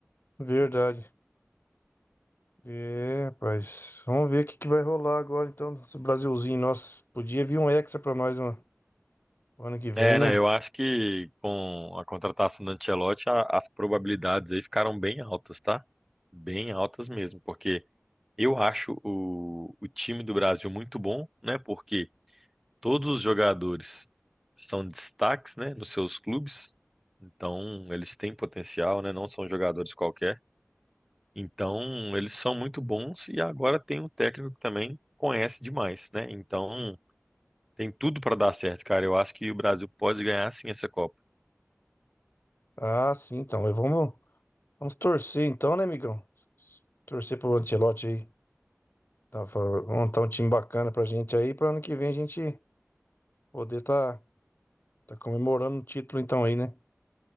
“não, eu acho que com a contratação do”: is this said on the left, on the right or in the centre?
Centre